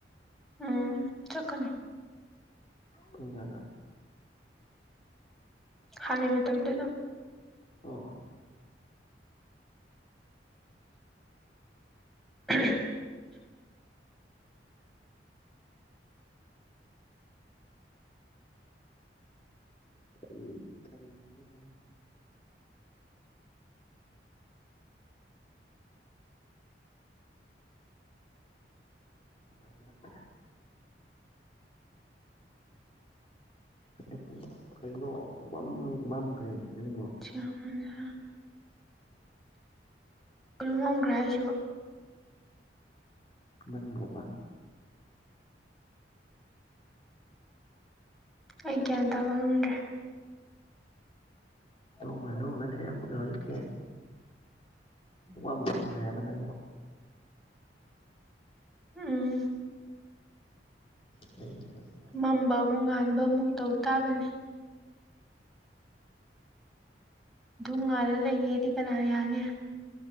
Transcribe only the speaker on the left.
ꯇꯨꯡꯌꯥꯗꯅ
ꯑꯣ ꯑ
ꯀ ꯀꯔꯤꯅꯃꯤꯦ ꯊꯖꯔꯛꯦ ꯀꯩꯅꯣ ꯀꯩꯅꯣ ꯄꯨꯡꯝ ꯃꯝꯈ꯭ꯔꯦ ꯅꯪꯕꯣ
ꯅꯪꯕꯣꯕ
ꯅꯣꯡꯉ ꯅꯣꯡ ꯃꯅꯦ ꯌꯥꯝ ꯑꯃꯒ ꯍꯧꯀꯦ ꯄ ꯑꯃ ꯑꯃ ꯉ ꯍꯥꯏꯌꯦꯕ ꯅꯪꯕꯣ
ꯀ ꯇꯧꯕ